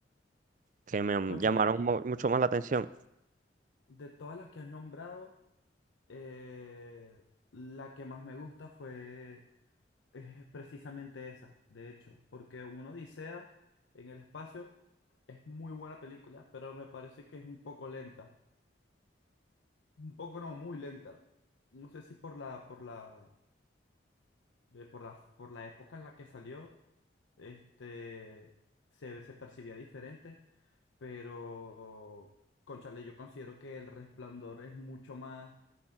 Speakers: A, on the right; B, on the left.
A: que me
B: cónchale,
A: llamaron mu- mucho más la atención.
B: de todas las que has nombrado, eh, la que más me gusta fue Es precisamente esa, de hecho, porque uno Odisea en el espacio es muy buena película, pero me parece que es un poco lenta. Un poco no, muy lenta. No sé si por la, por la, eh, por la, por la época en la que salió, este, se, se percibía diferente, pero, cónchale, yo considero que El Resplandor es mucho más